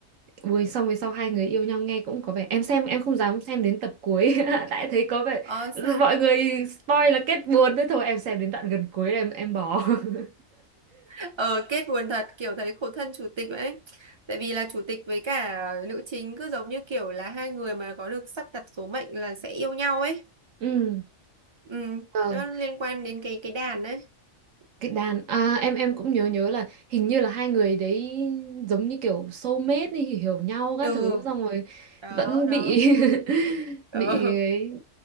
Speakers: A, on the right (about 75°); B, on the right (about 35°).
A: Ui, xong về sau hai người yêu nhau nghe cũng có vẻ em xem em không dám xem đến tập cuối <laughs> tại thấy có vẻ
B: ờ sao
A: mọi người spoil là kết buồn thế thôi em xem đến đoạn gần cuối em em bỏ <laughs>
B: <laughs> ờ kết buồn thật kiểu thấy khổ thân chủ tịch đấy tại vì là chủ tịch với cả nữ chính cứ giống như kiểu là hai người mà có được sắp đặt số mệnh là sẽ yêu nhau ấy
A: Ừ,
B: ừ
A: vâng,
B: nó liên quan đến cái cái đàn ấy
A: cái đàn à, em em cũng nhớ nhớ là hình như là hai người đấy giống như kiểu soulmate đi hiểu nhau các
B: ừ
A: thứ xong rồi
B: đó
A: vẫn
B: đó
A: bị <laughs>
B: ừ.
A: bị ấy.